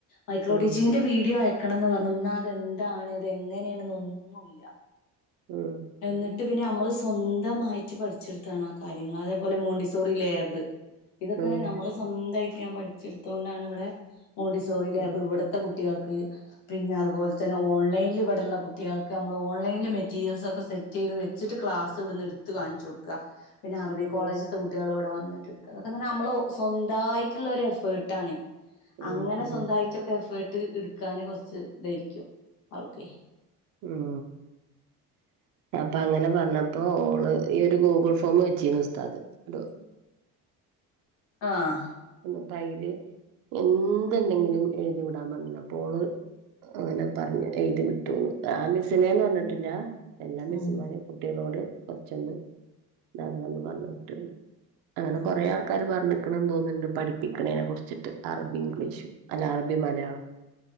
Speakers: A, on the left (about 70°); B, on the right (about 85°).
A: മൈക്രോ
B: ആ
A: ടീച്ചിങ്ങിന്റെ വീഡിയോ ആയക്കണംന്ന് പർഞ്ഞു എന്നാതെന്താണ് അത് എങ്ങനേണൊന്നുല്ല
B: ഉം
A: എന്നിട്ട് പിന്നെ നമ്മള് സ്വന്തമായിട്ട് പഠിച്ചെടുത്താണ് ആ കാര്യങ്ങൾ അതേപോലെ മോണ്ടിസോറി ലാബ് ഇതൊക്കെ
B: ഉം,
A: ഞമ്മൾ സ്വന്തായിട്ട് ഞാൻ പഠിച്ചെടുത്തൊണ്ടാണ് ഇവിടെ മോണ്ടിസോറി ലാബ്
B: ഉം,
A: ഇവിടത്തെ കു ട്ടികൾക്ക് പിന്നെ അതുപോലെ തന്നെ ഓലൈനിൽ ഇവടള്ള കുട്ടികൾക്ക് നമ്മൾ ഓൺലൈൻൽ മെറ്റീരിയൽ സൊക്കെ സെറ്റ് ചെയ്ത് വെച്ചിട്ട് ക്ലാസ് ഇവിടുന്ന് ഇടുത്ത് കാണച്ചൊടുക്കുക പിന്നെ അറബി
B: ഉം,
A: കോളേജ് ത്തെ കുട്ടികൾ ഇവിടെ വന്നിട്ട്ടുക്ക അതൊക്കെന്ന നമ്മള് സ്വന്തായിട്ടുള്ളൊരു എഫേർട്ടാണ്
B: ഉം,
A: അങ്ങനെ സ്വന്തായ്ട്ടൊക്കെ
B: ഉം,
A: എഫേർട്ട് ഇടുക്കാന് കൊറച്ച് തായ്രിക്കും അവൾക്കെ
B: ഉം അപ്പൊ അങ്ങനെ പറഞ്ഞപ്പോ ഓള് ഈ ഒരു ഗൂഗിൾ ഫോം വെച്ചീന് ഉസ്താത് ഒരു
A: ആഹ്
B: എന്നി. ട്ടൈല് എന്ത്ണ്ടെങ്കിലും എഴുതി വിടാൻ പർഞ്ഞീനു അപ്പോ ഓള് അങ്ങനെ പറഞ്ഞ് എഴുതി വിട്ടുന്ന് ആ മിസിനേന്ന് പറഞ്ഞിട്ടില്ല എല്ലാ മിസ്സുമാരും
A: ഉം
B: കുട്ടികളോട് കൊറച്ചൊന്ന് ഇതാക്കണന്ന് പറഞ്ഞു വിട്ടിണ്ട് അങ്ങനെ
A: ഉം
B: കൊറേ ആൾക്കാര് പറഞ്ഞിക്കണ്ന്ന് തോന്നുണ്ട് പഠിപ്പിക്കണേനെ കുറിച്ചിട്ട് അറബിം ഇംഗ്ലീഷും അല്ല അറബിം മലയാളം